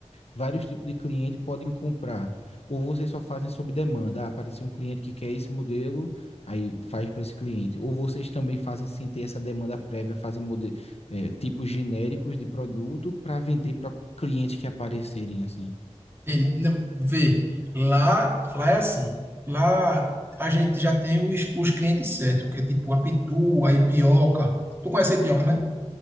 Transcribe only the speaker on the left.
vários tipos de cliente podem comprar. Ou vocês só fazem sob demanda. Ah, apareceu um cliente que quer esse modelo, aí faz para esse cliente. Ou vocês também fazem sem ter essa demanda prévia, fazem mode- eh, tipos genéricos de produto para vender para clientes que aparecerem assim.